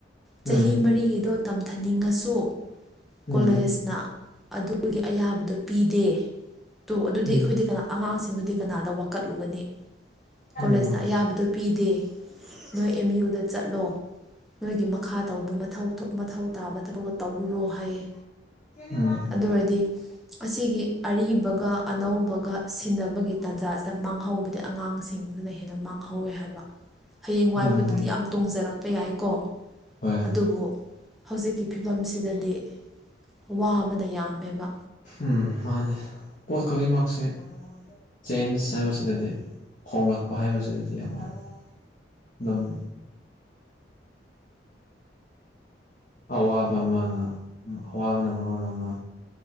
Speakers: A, on the left; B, in the centre.
A: ꯎꯝ
B: ꯆꯍꯤ ꯃꯔꯤꯒꯤꯗꯣ ꯇꯝꯊꯅꯤꯡꯉꯁꯨ
A: ꯎꯝ
B: ꯀꯣꯂꯦꯖꯅ ꯑꯗꯨꯒꯤ ꯑꯌꯥꯕꯗꯣ ꯄꯤꯗꯦ ꯇꯨ ꯑꯗꯨꯗꯤ
A: ꯎꯝ
B: ꯑꯩꯈꯣꯏꯗꯤ ꯀꯅꯥ ꯑꯉꯥꯡꯁꯤꯡꯒꯤꯗꯨ ꯀꯅꯥꯗ ꯋꯥꯀꯠꯂꯨꯒꯅꯤ
A: ꯎꯝ
B: ꯀꯣꯂꯦꯖꯅ ꯑꯌꯥꯕꯗꯨ ꯄꯤꯗꯦ ꯅꯣꯏ ꯑꯦꯝ ꯌꯨꯗ ꯆꯠꯂꯣ ꯅꯣꯏꯒꯤ ꯃꯈꯥ__ ꯇꯧꯕ ꯃꯊꯧ ꯊꯨꯞ ꯃꯊꯧ ꯇꯥꯕ ꯊꯕꯛꯇꯣ ꯇꯧꯔꯨꯔꯣ ꯍꯥꯏꯌꯦ
A: ꯎꯝ ꯎꯝ
B: ꯑꯗꯨ ꯑꯣꯏꯔꯗꯤ ꯑꯁꯤꯒꯤ ꯑꯔꯤꯕꯒ ꯑꯅꯧꯕꯒ ꯁꯤꯟꯅꯕꯒꯤ ꯇꯥꯟꯖꯥꯁꯤꯗ ꯃꯥꯡꯍꯧꯕꯗꯤ ꯑꯉꯥꯡꯁꯤꯡ ꯁꯤꯡꯁꯤꯅ ꯍꯦꯟꯅ ꯃꯥꯡꯍꯧꯋꯦ ꯍꯥꯏꯕ ꯍꯌꯦꯡꯋꯥꯏꯕꯨꯗꯗꯤ
A: ꯎꯝ
B: ꯌꯥꯝ ꯇꯣꯡꯖꯔꯛꯄ ꯌꯥꯏꯌꯦꯀꯣ
A: ꯍꯣꯏ
B: ꯑꯗꯨꯕꯨ ꯍꯧꯖꯤꯛꯀꯤ ꯐꯤꯕꯝꯁꯤꯗꯗꯤ ꯋꯥꯕꯅ ꯌꯥꯝꯃꯦꯕ
A: ꯎꯝ ꯃꯥꯅꯦ ꯄꯣꯠ ꯈꯨꯗꯤꯡꯃꯛꯁꯦ ꯆꯦꯟꯖ ꯍꯥꯏꯕꯁꯤꯗꯗꯤ ꯍꯣꯡꯂꯛꯄ ꯍꯥꯏꯕꯁꯤꯗꯗꯤ ꯌꯥꯝꯅ ꯑꯗꯨꯝ ꯑꯋꯥꯕ ꯑꯃꯅ ꯎꯝ ꯑꯋꯥꯕꯅ ꯃꯔꯣꯟ ꯑꯃ